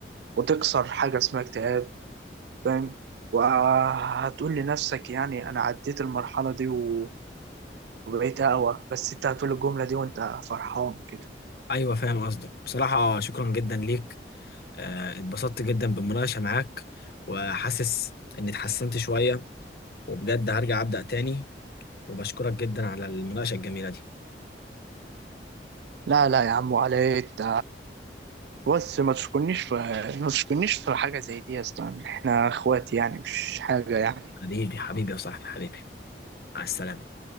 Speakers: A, on the right; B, on the left.
A: وتكسر حاجة اسمها اكتئاب فاهم وهتقول لنفسك يعني أنا عديت المرحلة دي و... وبقيت أقوى بس أنت هتقول الجملة دي وأنت فرحان كده
B: أيوة فاهم قصدك بصراحة شكرا جدا ليك آه، اتبسطت جدا بالمناقشة معاك وحاسس إني اتحسنت شوية وبجد هرجع أبدأ تاني وبشكرك جدا على المناقشة الجميلة دي
A: لا لا يا عم وعلى إيه أنت بص ما تشكرنيش في ما تشكرنيش في حاجة زي دي يا اسطى احنا اخوات يعني مش حاجة يعني
B: حبيبي حبيبي يا صاحبي حبيبي مع السلامة